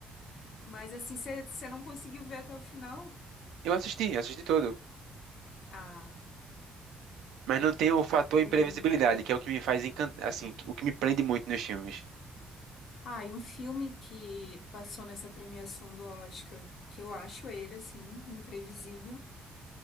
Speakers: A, on the left; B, on the right.
A: <laughs> Mas assim, você não conseguiu ver até o final?
B: eu assisti, eu assisti todo.
A: Ah.
B: Mas não tem o fator
A: É.
B: imprevisibilidade, que é o que me faz encantar, assim, o que me prende muito nos filmes.
A: Ah, e um filme que passou nessa premiação do Oscar, que eu acho ele, assim, imprevisível,